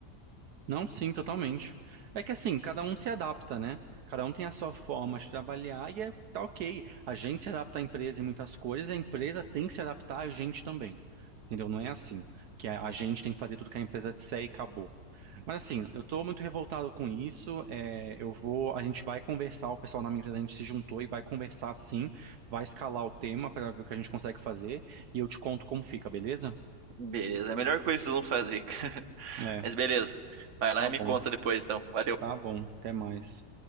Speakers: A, on the right; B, on the right.
A: Não, sim, totalmente. É que assim, cada um se adapta, né? Cada um tem a sua forma de trabalhar e é, tá ok. A gente se adapta à empresa em muitas coisas, a empresa tem que se adaptar a gente também. Entendeu? Não é assim que a a gente tem que fazer tudo que a empresa disser e acabou. Mas assim, eu tô muito revoltado com isso. é, eu vou, a gente vai conversar, o pessoal na minha empresa, a gente se juntou e vai conversar sim, vai escalar o tema para ver o que a gente consegue fazer e eu te conto como fica, beleza?
B: Beleza, é a melhor coisa que vocês vão fazer, <laughs> cara.
A: É,
B: Mas beleza. Vai lá
A: tá
B: e
A: bom,
B: me conta depois, então. Valeu.
A: tá bom, até mais.